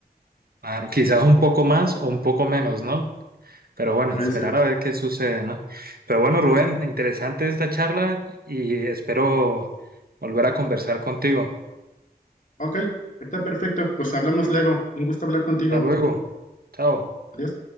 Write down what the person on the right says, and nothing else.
Claro, quizás un poco más o un poco menos, ¿no? Pero bueno,
esperar
a ver qué sucede, ¿no? Pero bueno, Rubén, interesante esta charla y espero volver a conversar contigo.
Hasta luego. Chao.